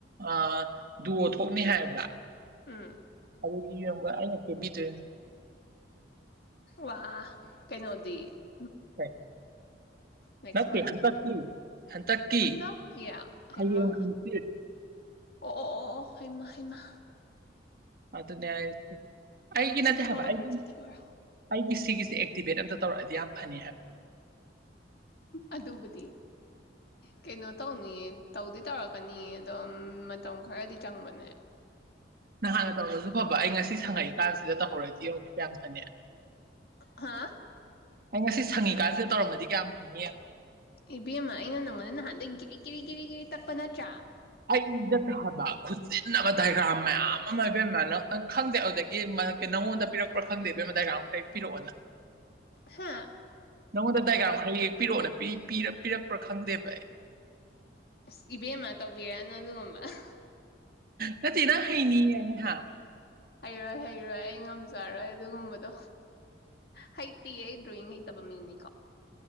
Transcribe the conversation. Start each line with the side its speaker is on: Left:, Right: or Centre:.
Right: ꯑꯗꯣ ꯑ ꯊꯣꯛꯅꯤ ꯍꯥꯏꯕ
Left: ꯎꯝ
Right: ꯑꯗꯨꯗ ꯌꯦ ꯑꯩꯩꯅ ꯀꯦꯕꯤ ꯇꯣꯏꯦ
Left: ꯋꯥ ꯀꯩꯅꯅ ꯑ
Right: ꯅ
Left: ꯅꯦꯛꯁ
Right: ꯍꯟ
Left: ꯃꯟ ꯍꯟꯗꯛꯀꯤ
Right: ꯍꯟꯇꯀꯤꯡ
Left: ꯍꯩꯃ ꯑꯣ ꯑꯣ ꯑꯣ ꯑꯣ ꯍꯩꯃ ꯍꯩꯃꯥ
Right: ꯑ ꯑꯗꯨ ꯅꯦ ꯑꯩꯒꯤ
Left: ꯆꯠꯊꯣꯛꯎꯔꯣꯏ
Right: ꯅꯠꯇꯦ ꯍꯥꯏꯕ ꯑꯩꯒꯤ
Left: ꯆꯠꯊꯣꯛꯎꯔꯣ
Right: ꯑꯩꯒꯤꯁꯤ ꯁꯤꯒꯤꯁꯦ ꯑꯦꯛꯇꯤꯚꯦꯠ ꯑꯝꯇ ꯇꯧꯔꯛꯑꯗꯤ ꯌꯥꯝ ꯐꯅꯤ ꯍꯥꯏꯕ
Left: ꯑꯗꯨꯕꯨꯗꯤ ꯀꯩꯅꯣ ꯇꯧꯅꯤꯌꯦ ꯇꯧꯗꯤ ꯇꯧꯔꯛꯀꯅꯤꯌꯦ ꯑꯗꯣ ꯃꯇꯝ ꯈꯔꯗꯤ ꯆꯪꯕꯅꯦ
Right: ꯅꯍꯥꯟꯅ ꯇꯧꯔꯁꯨ ꯐꯕ ꯑꯩ ꯉꯁꯤ ꯁꯪꯉꯛꯏꯀꯥꯟꯁꯤꯗ ꯇꯧꯍꯧꯔꯗꯤ ꯌꯧꯅꯤꯦ ꯀꯌꯥꯝ ꯐꯅꯤ
Left: ꯍꯥ
Right: ꯑꯩ ꯉꯁꯤ ꯁꯪꯉꯤꯀꯥꯟꯁꯤꯗ ꯇꯧꯔꯝꯃꯗꯤ ꯀꯌꯥꯝ ꯐꯅꯤꯑꯕ
Left: ꯏꯕꯦꯝꯃ ꯑꯩꯅ ꯅꯪꯉꯣꯟꯗ ꯅꯍꯥꯟꯗꯗꯒꯤ ꯀꯔꯤ ꯀꯔꯤ ꯀꯔꯤ ꯀꯔꯤ ꯇꯛꯄ ꯅꯠꯇ꯭ꯔꯥ
Right: ꯑꯩꯗ ꯊꯥꯕ ꯈꯨꯆꯤꯟꯅꯕ ꯗꯥꯏꯒ꯭ꯔꯥꯝ ꯃꯌꯥꯝ ꯑꯃ ꯏꯕꯦꯝꯃ ꯅꯪ ꯈꯪꯗꯦ ꯑꯗꯨꯗꯒꯤ ꯃꯔ ꯅꯪꯉꯣꯟꯗ ꯄꯤꯔꯛꯄ꯭ꯔꯥ ꯈꯪꯗꯦ ꯏꯕꯦꯝ ꯗꯥꯏꯒ꯭ꯔꯥꯝ ꯀꯦꯛ ꯄꯤꯔꯛꯑꯣꯅ
Left: ꯍꯥꯥ
Right: ꯅꯪꯉꯣꯟꯗ ꯗꯥꯏꯒ꯭ꯔꯥꯝ ꯈꯔ ꯌꯦꯛꯄꯤꯔꯛꯑꯣꯅ ꯄꯤꯔꯛꯄ꯭ꯔꯥ ꯈꯪꯗꯦꯕ ꯑꯩ
Left: ꯑꯁ ꯏꯕꯦꯝꯃ ꯇꯧꯕꯤꯔꯛꯅ ꯑꯗꯨꯒ <unintelligible>
Right: ꯅꯠꯇꯅ ꯍꯩꯅꯤ ꯍꯥꯏꯅ ꯍꯥ
Left: ꯍꯩꯔꯣꯏ ꯍꯩꯔꯣꯏ ꯑꯩ ꯉꯝꯖꯩꯦ ꯌꯥꯔꯣꯏ ꯑꯗꯨꯒꯨꯝꯕꯗꯣ ꯍ ꯤꯦ ꯗ꯭ꯔꯣꯌꯉꯩ ꯇꯕ ꯃꯤꯃꯤꯡꯅꯤ ꯀꯥ